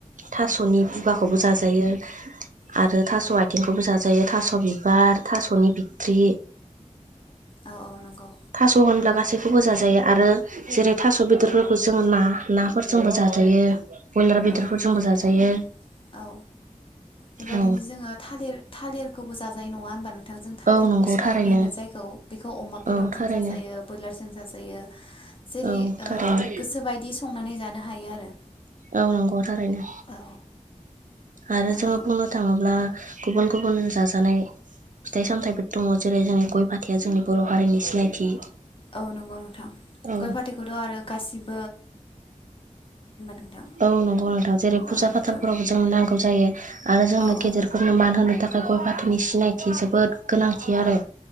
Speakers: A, on the right; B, on the left.
A: थास'नि खुगाखौबो जाजायो।
B: औ
A: आरो थास आइथिं खौबो जाजायो थास' बिबार, थास'नि बिथट्रि
B: औ औ नंगौ
A: थास' होनब्ला गासै खौबो जाजायो आरो जेरै थास' बेदरफोरखौ जोङो ना नाफोरजोंबो जाजायो। बयलार बेदरफोरजोंबो
B: औ नंगौ नोंथां
A: जाजायो
B: औ बेबादिनो
A: औ
B: जोङो थालिर थालिर खौबो जाजायो नङा होनबा नों बिथांजों थालिर
A: औ नंगौ
B: फस्ला
A: थारैनो
B: होनो जायखौ बेखौ अमा बेदरजों
A: औ थारैनो
B: जाजायो बयलारजों जाजा जेरै
A: औ
B: ओ
A: थारैनो
B: गोसोबायदि संनानै जानो हायो आरो।
A: औ नंगौ थारैनो
B: औ
A: आरो
B: ओ
A: जोङो बुंनो थाङोब्ला गुबुन गुबुन जाजानाय फिथाइ सामथायाइफोर दङ जेरै जोंनि गय फाथैया जोंनि बर' हारिनि सिनायथि
B: औ नंगौ नोंथां
A: औ
B: गय फाथैखौथ' आरो गासिब नोंथां
A: औ नंगौ नोंथां जेरै फुजा
B: औ
A: फाथालफोरावबो
B: नोंथां
A: जोंनो नांगौ जायो आरो जोंनो
B: औ औ
A: गेदेरफोरनो मान होनो थाख गय फाथैनि सिनायथि जोबोद गोनांथि आरो